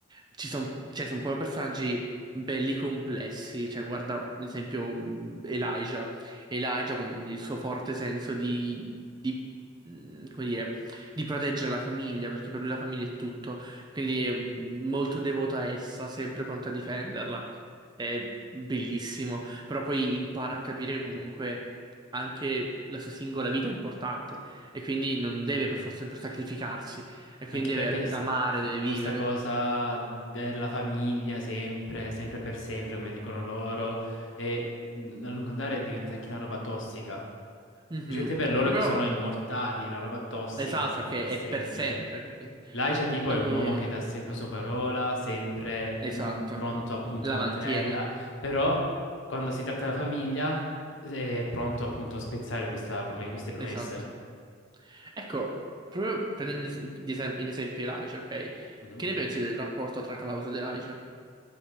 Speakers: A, on the right (about 20°); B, on the left (about 60°).
A: ci sono cioè, son proprio personaggi belli complessi. Cioè, guarda, ad esempio, Elijah. Elijah con il suo forte senso di, di, mm, come dire, di proteggere la famiglia, perché per lui la famiglia è tutto. Quindi è molto devoto a essa, sempre pronto a difenderla. È bellissimo. Però poi impara a capire che comunque anche la sua singola vita è importante e quindi non
B: Sì.
A: deve per forza sempre sacrificarsi. E quindi
B: Anche perché
A: deve
B: s-
A: amare, deve
B: questa
A: vivere.
B: cosa della famiglia sempre, sempre per sempre, come dicono loro, e mh, a lungo andare diventa anche una roba tossica.
A: Mhm.
B: Specialmente per loro
A: Proprio
B: che sono immortali, una roba tossica,
A: esatto,
B: sempre
A: perché
B: per
A: è
B: sempre.
A: per sempre, capito?
B: Laisha tipo
A: E...
B: è un uomo che dà sempre la sua parola, sempre
A: Esatto.
B: mh, pronto appunto
A: La
B: a mantenerla,
A: mantiene.
B: però quando si tratta della famiglia è pronto appunto a spezzare questa prome- queste promesse.
A: Esatto. Ecco, proprio prendendo es- di esem- in esempio Elijah, ok?
B: Mhm.
A: Che ne pensi del rapporto tra Klaus ed Elijah?